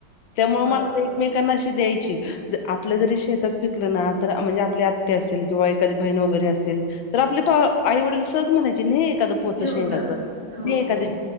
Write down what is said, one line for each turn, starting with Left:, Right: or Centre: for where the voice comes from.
Left: त्यामुळे
Right: बरोबर.
Left: माणसं एकमेकां त्यांना अशी द्यायची आपल्या जरी शेतात पिकल ना तर म्हणजे आपल्या आत्या असेल. किंवा एखादी बहिण वगैरे असेल तर आपले आई वडील सहज म्हणायची ने एखादं पोत
Right: घेऊन
Left: शेंगाचं
Right: जा. हो,
Left: एखादी
Right: हो.